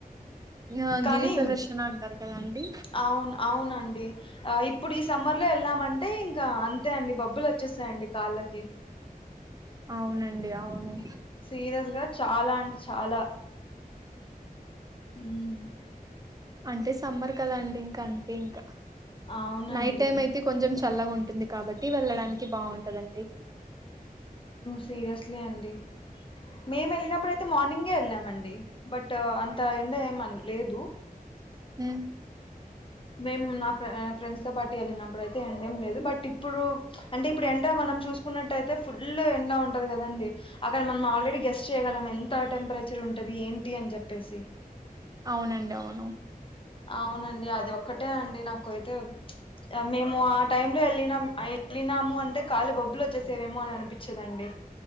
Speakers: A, on the right; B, on the left.
A: ఆ
B: కానీ
A: గిరి ప్రదర్శన అంటారు కదండి
B: అవును అవునండి ఇప్పుడు ఈ సమ్మర్ లో వెళ్ళామంటే ఇంకా అంతే అండి బబ్బులు వచ్చేస్తాయిండి కాలకి
A: అవునండి అవును
B: సీరియస్ గా చాలా అంటే చాలా మ్మ్
A: అంటే సమ్మర్ కదాండి ఇంకా అంతే ఇంకా
B: అవునండి
A: నైట్ టైమ్ అయితే కొంచెం చల్లగా ఉంటుంది కాబట్టి వెళ్ళడానికి బాగుంటుందండి
B: సీరియస్లీ అండి మేము వెళ్ళినప్పుడయితే మార్నింగే వెళ్ళామండి బట్ అంత ఎండ ఏమ లేదు
A: హ్మ
B: మేము నాఫ ఫ్రెండ్స్ తో పార్టీ వెళ్ళినప్పుడుయితే ఎండ ఏం లేదు బట్ ఇప్పుడు అంటే ఇప్పుడు ఎండ మనం చూసుకున్నట్యితే ఫుల్ ఎండ ఉంటది కదండి అక్కడ మనం ఆల్రెడీ గెస్ చేయ్యగలం ఎంత టెంపరేచర్ ఉంటది ఏంటి అని చెప్పేసి
A: అవునండి అవును
B: అవునండి అది ఒక్కటే అండి నాక అయితే మేము ఆ టై లో వెళ్ళినాము వెళ్ళినాము అంటే కాళ బొబ్బులు వచ్చేసేవేమో అని అనిపించదండి